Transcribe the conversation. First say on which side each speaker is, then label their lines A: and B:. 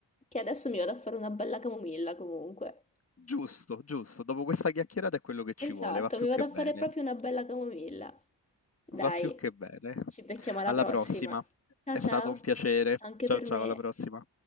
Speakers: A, on the left; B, on the left.
A: Che adesso mi vado a fare una bella camomilla comunque.
B: Giusto, giusto. Dopo questa chiacchierata è quello che ci
A: Esatto,
B: vuole, va più
A: mi vado
B: che
A: a
B: bene.
A: fare proprio una bella camomilla. Dai,
B: Va più che bene.
A: ci becchiamo alla
B: Alla
A: prossima.
B: prossima.
A: Ciao
B: È
A: ciao,
B: stato un piacere.
A: anche
B: Ciao
A: per
B: ciao,
A: me.
B: alla prossima.